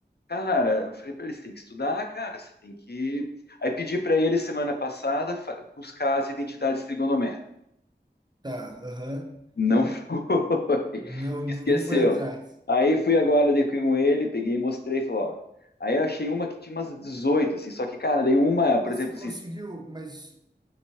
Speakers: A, on the left; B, on the right.
A: Cara, eu falei para eles: tem que estudar, cara, você tem que. Aí pedi para ele semana passada fa- buscar as identidades trigonométricas.
B: Tá. Aham.
A: Não <laughs> foi,
B: Não, não
A: esqueceu.
B: foi atrás.
A: Aí fui agora dei com ele, peguei e mostrei, falei: ó, Aí eu achei uma que tinha umas 18, assim, só que, cara, daí uma, por
B: Mas
A: exemplo,
B: você conseguiu,
A: assim,
B: mas